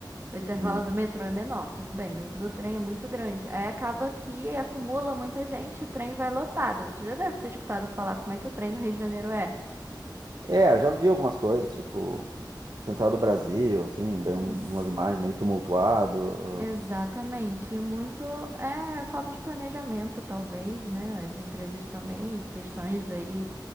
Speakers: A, on the right; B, on the right.
A: O intervalo
B: né?
A: do metrô é menor, tudo bem, mas o do trem é muito grande. Aí acaba que acumula muita gente, o trem vai lotado. Você já deve ter escutado falar como é que o trem no Rio de Janeiro é.
B: É, eu já vi algumas coisas, tipo, Central do Brasil, assim, bem, um-
A: Ex-
B: umas imagens meio tumultuado.
A: Exatamente. E muito é falta de planejamento, talvez, né? As empresas também,
B: ãh, assim.
A: questões aí.